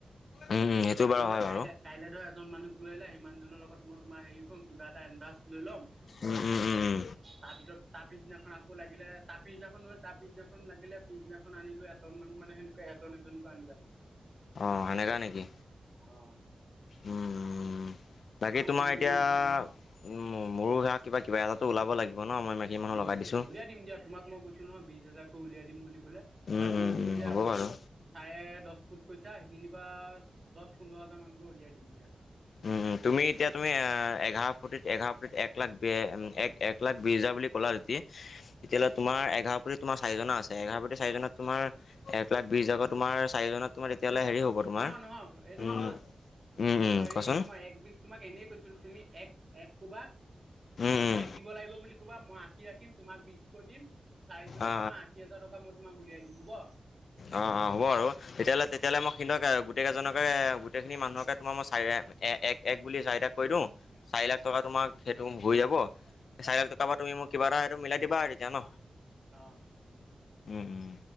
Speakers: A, on the left; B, on the right.
A: উম উম সেইটো
B: তুমি
A: বাৰু
B: ধৰা
A: হয়
B: কাইলে
A: বাৰু
B: -কাইলৈ ধৰা এজন মানুহক লৈ আহিলা মানুহজনৰ লগত মই তোমাৰ হেৰি কম কিবা এটা এডভান্স লৈ ল'ম তাৰপিছত
A: উম উম উম উম
B: তাৰ পিছদিনাখন আকৌ লাগিলে তাৰ পিছদিনাখন তাৰ পিছদিনাখন লাগিলে পিছদিনাখন আনিলো এজন মানুহ মানে সেনেকৈ এজন এজনকৈ আনিবা মানে।
A: অহ, সেনেকা নেকি?
B: অহ
A: উম -উম বাকী তোমাৰ
B: খেলি
A: এতিয়া
B: মেলি হ'ব নহয়।
A: উম মোৰো সেইয়া কিবা -কিবা এটাত ওলাব লাগিব। ন মই মাইকী মানুহ
B: উম,
A: লগাই দিছোঁ
B: উলিয়াই দিম দিয়া তোমাক মই কৈছো নহয় বিছ হাজাৰকৈ উলিয়াই দিম বুলি।
A: উম
B: আৰু যোনখিনি
A: উম উম
B: যে
A: হ'ব
B: চাৰে
A: বাৰু
B: দছ ফুট কৈছা সেইখিনি পা দছ -পোন্ধৰ হাজাৰ মানকৈ উলিয়াই দিম দিয়া।
A: উম, তুমি এতিয়া তুমি এ' এঘাৰ ফুটিত -এঘাৰ ফুটিত এক লাখ এক- এক লাখ বিছ হাজাৰ বুলি ক'লা জতি
B: <inaudible>
A: তেতিয়াহ'লে তোমাৰ এঘাৰ ফুটিত তোমাৰ চাৰিজনৰ আছে এঘাৰ ফুটি চাৰিজনত তোমাৰ এক লাখ বিছ হাজৰকে তোমাৰ চাৰিজন তোমাৰ তেতিয়াহ'লে হেৰি হ'ব তোমাৰ
B: নহয় নহয় এইটো
A: উম
B: শুনা
A: উম
B: তুমি
A: উম
B: হেৰি
A: কোৱাচোন
B: এম মই একবিজ তোমাক এনেই কৈছিলো তুমি এক -এক ক'বা
A: উম উম
B: এক দিব লাগিব বুলি ক'বা মই আঁকি ৰাখিম তোমাক বিছকৈ দিম চাৰিজনত
A: অ
B: তোমাৰ আশী হাজাৰ টকা মই তোমাক উলিয়াই দিম হ'ব।
A: অহ - অহ হ'ব আৰু তেতিয়াহ'লে- তেতিয়াহ'লে মই হিন্তক গোটেই কেইজনকে গোটেই খিনি মানুহকে তোমাৰ মই চাই এক -এক বুলি চাৰিটাক কৈ দিওঁ চাৰি লাখ টকা
B: অ
A: তোমাৰ সেইটো হৈ যাব। চাৰি লাখ টকা পা তুমি মোক কিবা এটা মিলাই দিবা আৰু তেতিয়া ন'?
B: অহ
A: উম -উম